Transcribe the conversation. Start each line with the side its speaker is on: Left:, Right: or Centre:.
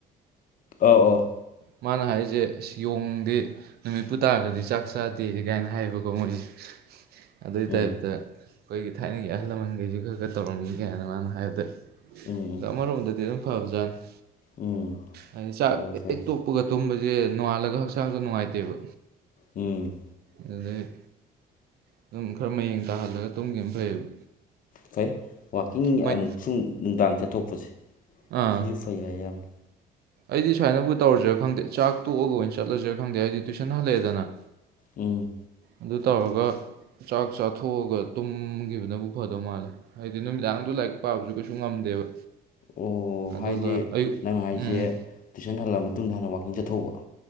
Left: ꯑꯧ ꯑꯧ
Right: ꯃꯥꯅ ꯍꯥꯏꯁꯦ ꯌꯣꯡꯗꯦ ꯅꯨꯃꯤꯠꯄꯨ ꯇꯥꯔꯒꯗꯤ ꯆꯥꯛ ꯆꯥꯗꯦꯌ‌ꯦ ꯀꯥꯏꯅ ꯍꯥꯏꯕꯒꯣ ꯃꯣꯏꯁꯦ ꯑꯗꯨꯏ
Left: ꯎꯝ
Right: ꯇꯥꯏꯞꯇ ꯑꯩꯈꯣꯏꯒꯤ ꯊꯥꯏꯅꯒꯤ ꯑꯍꯜ ꯂꯃꯟꯈꯩꯁꯨ ꯈꯔ ꯈꯔ ꯇꯧꯔꯝꯅꯤ ꯀꯥꯏꯅ ꯃꯥꯅ ꯍꯥꯏꯕꯗ
Left: ꯎꯝ ꯎꯝ
Right: ꯑꯗꯣ ꯑꯃꯔꯣꯝꯗꯗꯤ ꯑꯗꯨꯝ ꯐꯕꯖꯥꯠꯅ‌ꯦ
Left: ꯎꯝ
Right: ꯍꯥꯏꯗꯤ ꯆꯥꯛ
Left: ꯐꯔꯦ ꯐꯔꯦ
Right: ꯇꯣꯛꯄꯒ ꯇꯨꯝꯕꯁꯦ ꯅꯣꯡꯉꯥꯜꯂꯒ ꯍꯛꯆꯥꯡꯁꯨ ꯅꯨꯡꯉꯥꯏꯇꯦꯕ
Left: ꯎꯝ
Right: ꯑꯗꯨꯗꯩ ꯑꯗꯨꯝ ꯈꯔ ꯃꯌꯦꯡ ꯇꯥꯍꯜꯂꯒ ꯇꯨꯝꯈꯤꯝꯅ ꯐꯩꯌꯦꯕ
Left: ꯐꯩ ꯋꯥꯛꯀꯤꯡ
Right: ꯃꯩ
Left: ꯑꯃꯨꯛꯁꯨ ꯅꯨꯡꯗꯥꯡ ꯆꯠꯊꯣꯛꯄꯁꯦ
Right: ꯑꯥ
Left: ꯁꯤꯁꯨ ꯐꯩ ꯍꯥꯏ ꯌꯥꯝꯅ
Right: ꯑꯩꯗꯤ ꯁꯨꯃꯥꯏꯅꯕꯨ ꯇꯧꯔꯁꯤꯔꯥ ꯈꯪꯗꯦ ꯆꯥꯛ ꯇꯣꯛꯑꯒ ꯑꯣꯏꯅ ꯆꯠꯂꯁꯤꯔ ꯈꯪꯗꯦ ꯍꯥꯏꯗꯤ ꯇꯨꯏꯁꯟ ꯍꯜꯂꯛꯑꯦꯗꯅ
Left: ꯎꯝ
Right: ꯑꯗꯨ ꯇꯧꯔꯒ ꯆꯥꯛ ꯆꯥꯊꯣꯛꯑꯒ ꯇꯨꯝꯈꯤꯕꯅꯕꯨ ꯐꯗꯧ ꯃꯥꯜꯂꯦ ꯍꯥꯏꯗꯤ ꯅꯨꯃꯤꯗꯥꯡꯗ ꯂꯥꯏꯔꯤꯛ ꯄꯥꯕꯁꯨ ꯀꯩꯁꯨ ꯉꯝꯗꯦꯕ
Left: ꯑꯣ
Right: ꯑꯗꯨꯒ
Left: ꯍꯥꯏꯗꯤ
Right: ꯑꯌꯨꯛ
Left: ꯅꯪ ꯍꯥꯏꯁꯦ
Right: ꯎꯝ
Left: ꯇꯨꯏꯁꯟ ꯍꯜꯂ ꯃꯇꯨꯡꯗ ꯍꯥꯟꯅ ꯋꯥꯛꯀꯤꯡ ꯆꯠꯊ‌ꯣꯛꯎꯕ